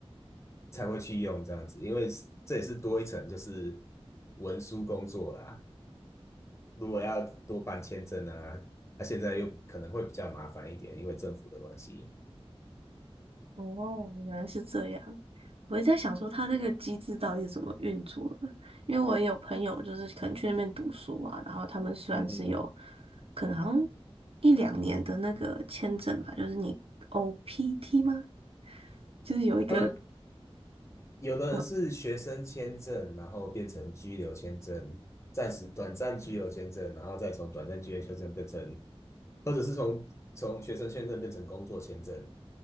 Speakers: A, on the left; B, on the right.
A: 才会去用这样子，因为这也是多一层就是文书工作啦。如果要多办签证啊，那、现在又可能会比较麻烦一点，因为政府的关系。
B: 哦，原来是这样。我也在想说，他那个机制到底是怎么运作的？因为我也有朋友，就是可能去那边读书啊，然后他们虽然是有
A: 嗯嗯嗯，
B: 可能好像一两年的那个签证吧，就是你 OPT 吗？就是有一个，
A: 他们有的人是学生签证，
B: 嗯
A: 然后变成居留签证，暂时短暂居留签证，然后再从短暂居留签证变成，或者是从从学生签证变成工作签证。